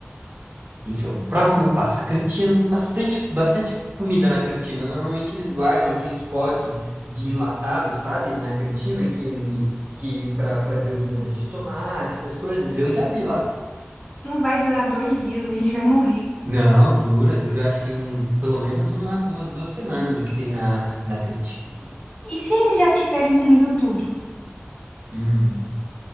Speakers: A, on the right; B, on the left.
A: Esse é o próximo passo. A cantina tem bastante, bastante comida na cantina. Normalmente eles guardam aqueles potes de enlatado, sabe? Na cantina, que ele, que para fazer os molhos de tomate, essas coisas. Eu já vi lá.
B: Não vai durar dois dias, a gente vai morrer.
A: Não, dura, dura, eu acho que um, pelo menos uma, uma duas semanas o que tem na, na cantina.
B: E se eles já tiverem comido tudo?
A: Hum.